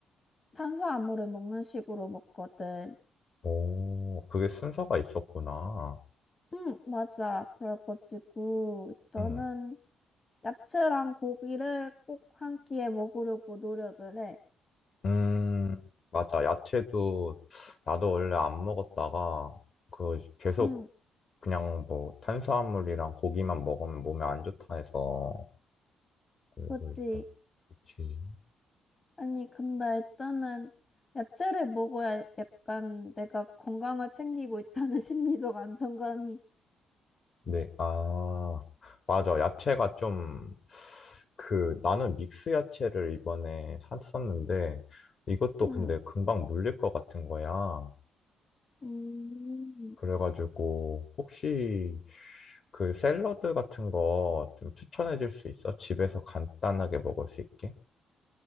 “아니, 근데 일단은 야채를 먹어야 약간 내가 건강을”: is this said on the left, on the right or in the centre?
Left